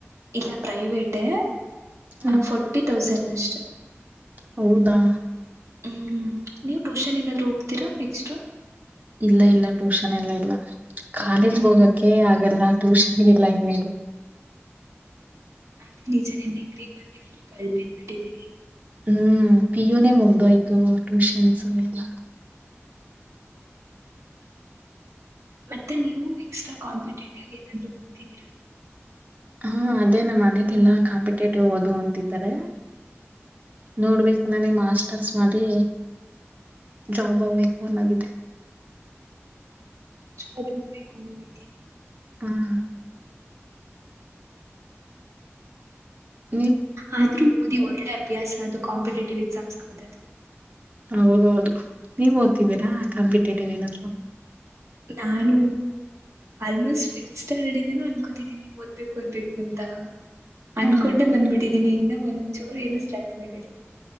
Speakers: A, on the right (about 80°); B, on the right (about 35°).
A: ಇಲ್ಲ ಪ್ರೈವೇಟೇ
B: ಹ್ಮ್
A: ಫೋರ್ಟಿ ತೌಸಂಡ್ ಅಷ್ಟೆ
B: ಹೌದಾ
A: ಹ್ಮ್ ನೀವು ಟ್ಯೂಷನ್ ಏನಾದ್ರು ಹೋಗ್ತೀರಾ ಎಕ್ಸ್ಟ್ರಾ
B: ಇಲ್ಲ ಇಲ್ಲ ಟ್ಯೂಷನ್ ಎಲ್ಲ ಇಲ್ಲ ಕಾಲೇಜ್ಗೆ
A: ಹ್ಮ್
B: ಹೋಗಕೆ ಹಾಗೆಲ್ಲ ಟ್ಯೂಷನ್ಗೆಲ್ಲ ಇ ಮೇಲೆ
A: ಆದ್ರೆ ನಿಜನೇ ಡಿಗ್ರಿ ಬಂದ ಫುಲ್ ಕಳು ಬಿದ್ದ್ ಬಿಟ್ಟಿದ್ದೀವಿ
B: ಹ್ಮ್ ಪಿ ಯುನೇ ಮುಗ್ದೋಯ್ತು ಟ್ಯೂಷನ್ಸ್ ಎಲ್ಲ
A: ಮತ್ತೆ ನೀವು ಎಕ್ಸ್ಟ್ರಾ ಕಾಂಪಿಟೇಟಿವ್ ಏನಾದ್ ಓದ್ದ್ದೀರಾ
B: ಹಾ ಅದೇ ನಮ್ಮ ಮನಲಿಲ್ಲ ಕಾಂಪಿಟೇಟಿವ್ ಹಓದು ಅಂತಿದ್ದಾರೆ ನೋಡ್ಬೇಕು ನನಗ್ ಮಾಸ್ಟರ್ಸ್ ಮಾಡಿ ಜಾಬ್ ಆಗ್ಬೇಕು ಅನ್ನಾಗಿದೆ
A: ಚೋಬ ಹೋಗ್ಬೇಕು ಅ ದಿದ
B: ಹ್ಮ್ ನೀವ್
A: ಆದ್ರೂ ಓದಿ ಒಳ್ಳೆ ಅಭ್ಯಾಸ ಅದು ಕಾಂಪಿಟೇಟಿವ್ ಎಕ್ಸಾಮ್ಸ್ಗೆ ಓದೋದು
B: ಹೌದ ಹೌದು ನೀವ್ ಓದ್ತಿದ್ದೀರಾ ಕಾಂಪಿಟೇಟಿವ್ ಏನಾದ್ರು
A: ನಾನು ಆಲ್ಮೋಸ್ಟ್ ಫಿಫತ್ ಸ್ಟ್ಯಾಂಡರ್ಡ್ ಇಂದ ನ ಗತಿದ್ದೀನಿ ಓದ್ಬೇಕು ಓದ್ಬೇಕು ಅಂತ ಅನ್ಕೊಂಡೆ
B: ಹಾ
A: ಬಂದ್ಬಿಟ್ಟಿದೀನಿ ಇನ್ನ ಒಂಚೂರು ಏನು ಸ್ಟಾರ್ಟ್ ಮಾಡಿರ